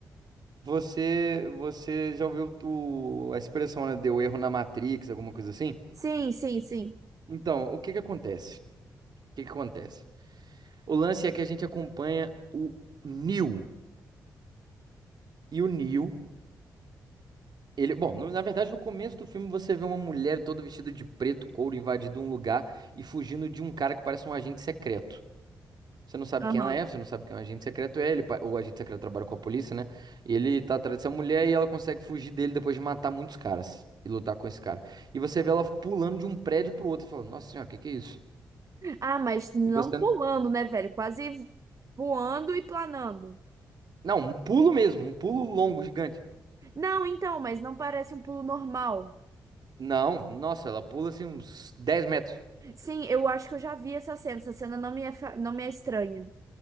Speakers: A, on the right; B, on the right.
A: Você, você já ouviu o- a expressão, né? Deu erro na Matrix, alguma coisa assim?
B: Sim, sim, sim.
A: Então, o que que acontece? O que que acontece? O lance é que a gente acompanha o Neo. E o Neo, ele... Bom, no- na verdade, no começo do filme você vê uma mulher toda vestida de preto, couro, invadindo um lugar e fugindo de um cara que parece um agente secreto. Você não sabe
B: Aham.
A: quem ela é, você não sabe quem é um agente secreto é, ele, pa- o agente secreto trabalha com a polícia, né? E ele tá atrás dessa mulher e ela consegue fugir dele depois de matar muitos caras e lutar com esse cara. E você vê ela pulando de um prédio pro outro e fala, nossa senhora, o que que é isso?
B: Ah, mas não
A: E você.
B: pulando, né, velho? Quase voando e planando.
A: Não, um pulo mesmo, um pulo longo, gigante.
B: Não, então, mas não parece um pulo normal.
A: Não, nossa, ela pula assim uns dez metros.
B: Sim, eu acho que eu já vi essa cena. Essa cena não me é, fa- não me é estranha.